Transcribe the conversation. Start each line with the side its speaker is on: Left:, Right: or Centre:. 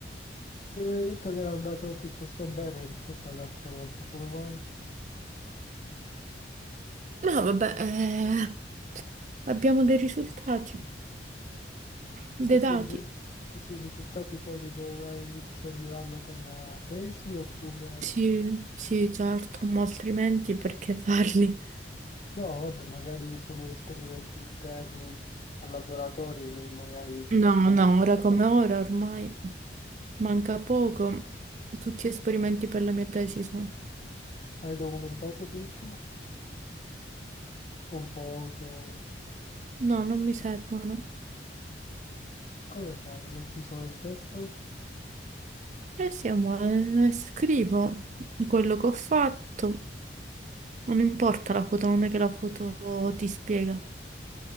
Left: Mi avevi detto che era andato piuttosto bene rispetto alle altre volte, come mai?
Right: No, vabbè, eh, abbiamo dei risultati, dei
Left: Questi,
Right: dati.
Left: risu- questi risultati poi li dovrai, ti serviranno per la tesi oppure
Right: Sì, sì, certo, ma altrimenti perché farli?
Left: no, vabbè, magari sono esperimenti interni al laboratorio che magari
Right: No,
Left: potresti...
Right: no, ora come ora ormai manca poco. Tutti esperimenti per la mia tesi sono...
Left: Hai documentato tutto con foto?
Right: No, non mi servono.
Left: Come fai? Non ti sono il testo?
Right: E siamo, eh, scrivo quello che ho fatto. Non importa la foto, non è che la foto ti spiega.